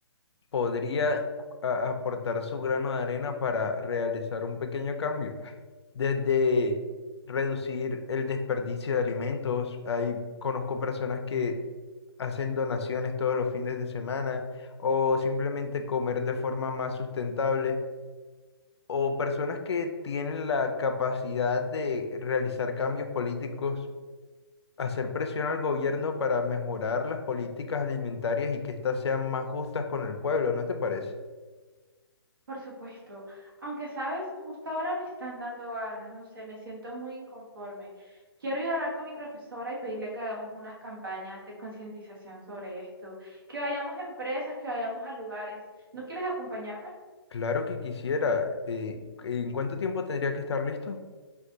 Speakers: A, on the left; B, on the right.
A: podría a- aportar su grano de arena para realizar un pequeño cambio. Desde reducir el desperdicio de alimentos, hay, conozco personas que hacen donaciones todos los fines de semana o simplemente comer de forma más sustentable. o personas que tienen la capacidad de realizar cambios políticos, hacer presión al gobierno para mejorar las políticas alimentarias y que éstas sean más justas con el pueblo, ¿no te parece?
B: Por supuesto, aunque sabes, justo ahora me están dando ganas, no sé, me siento muy inconforme. Quiero ir a hablar con mi profesora y pedirle que hagamos unas campañas de concientización sobre esto, que vayamos a empresas, que vayamos a lugares. ¿No quieres acompañarme?
A: Claro que quisiera. eh, ¿en cuánto tiempo tendría que estar listo?